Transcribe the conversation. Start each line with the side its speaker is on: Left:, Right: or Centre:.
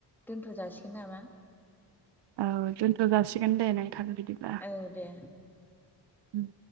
Centre: दोनथ' जासिगोन नामा?
Right: औ दोनथ' जासिगोन दे नोंथां बिदिब्ला।
Centre: औ दे।
Right: उम